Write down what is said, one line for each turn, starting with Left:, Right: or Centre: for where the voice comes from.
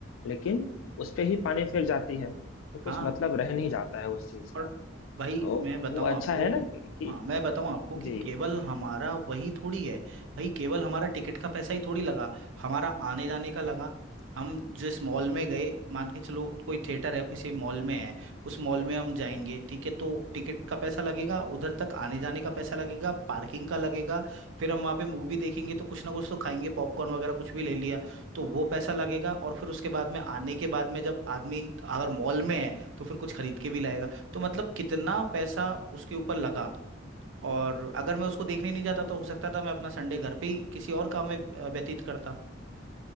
Left: लेकिन उस पे ही पानी फिर जाती है तो कुछ
Right: हाँ
Left: मतलब रह नहीं जाता है उस चीज का
Right: और भाई
Left: तो
Right: मैं बताऊं
Left: वो अच्छा
Right: आपको
Left: है ना कि, कि
Right: हाँ मैं बताऊं आपको कि
Left: जी
Right: केवल हमारा वही थोड़ी है भाई केवल हमारा टिकट का पैसा ही थोड़ी लगा हमारा आने जाने का लगा हम जिस मॉल में गए मान के चलो कोई थिएटर है किसी मॉल में है उस मॉल में हम जाएंगे ठीक है तो टिकट का पैसा लगेगा उधर तक आने जाने का पैसा लगेगा पार्किंग का लगेगा फिर हम वहाँ पे मूवी देखेंगे तो कुछ ना कुछ तो खाएंगे पॉपकॉर्न वगैरह कुछ भी ले लिया तो वो पैसा लगेगा और फिर उसके बाद में आने के बाद में जब आदमी अगर मॉल में है तो फिर कुछ खरीद के भी लाएगा तो मतलब कितना पैसा उसके ऊपर लगा और अगर मैं उसको देखने नहीं जाता तो हो सकता था मैं अपना संडे घर पे ही किसी और काम में अ, व्यतीत करता